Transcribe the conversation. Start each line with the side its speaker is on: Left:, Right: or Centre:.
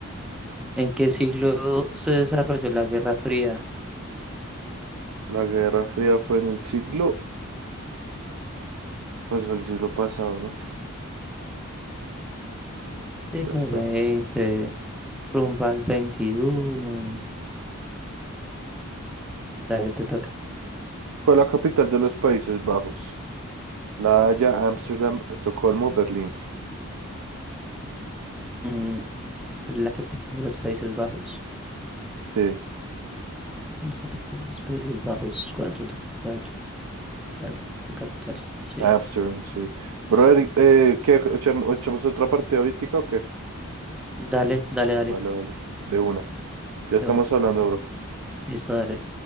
Centre: ¿En qué siglo se desarrolló la Guerra Fría?
Right: La Guerra Fría fue en el siglo, pues fue el siglo pasado, ¿no?
Centre: Siglo
Right: Acá está.
Centre: veinte rumbo al XXI. Dale, te toca.
Right: ¿Cuál es la capital de los Países Bajos? La Haya, Ámsterdam, Estocolmo, Berlín.
Centre: Mm, la capital de los Países Bajos.
Right: Sí,
Centre: La capital de los Países Bajos. ¿Cuál es la capital? Capital, la capital. Sí.
Right: Ámsterdam, sí. Brother, eh, ¿qué? ¿Echam- ¿Echamos otra partida ahorita o qué?
Centre: Dale, dale, dale.
Right: Vale, vale. De una. Ya estamos
Centre: De una.
Right: hablando, bro.
Centre: Listo, dale.